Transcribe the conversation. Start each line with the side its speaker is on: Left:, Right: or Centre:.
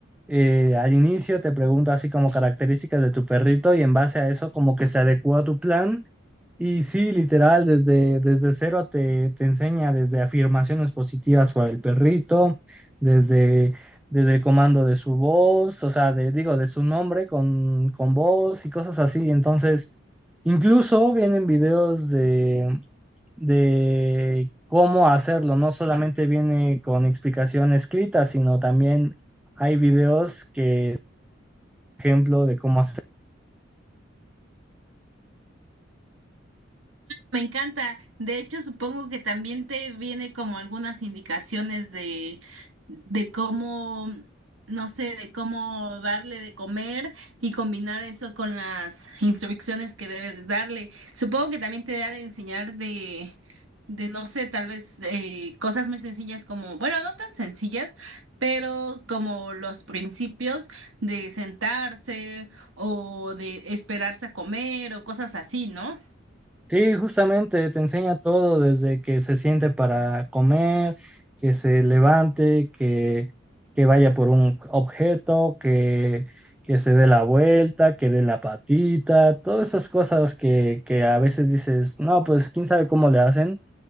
Centre: eh, al inicio te pregunto así como características de tu perrito y en base a eso como que se adecuó a tu plan y sí, literal, desde, desde cero te, te enseña desde afirmaciones positivas para el perrito, desde, desde el comando de su voz, o sea, de, digo, de su nombre con, con voz y cosas así. Entonces, incluso vienen videos de, de cómo hacerlo. No solamente viene con explicación escrita, sino también hay videos que, ejemplo, de cómo hacer.
Right: Me encanta. De hecho, supongo que también te viene como algunas indicaciones de, de cómo, no sé, de cómo darle de comer y combinar eso con las instrucciones que debes darle. Supongo que también te da de enseñar de, de no sé, tal vez eh, cosas muy sencillas como, bueno, no tan sencillas, pero como los principios de sentarse o de esperarse a comer o cosas así, ¿no?
Centre: Sí, justamente te enseña todo desde que se siente para comer, que se levante, que, que vaya por un objeto, que, que se dé la vuelta, que dé la patita, todas esas cosas que, que a veces dices, no, pues quién sabe cómo le hacen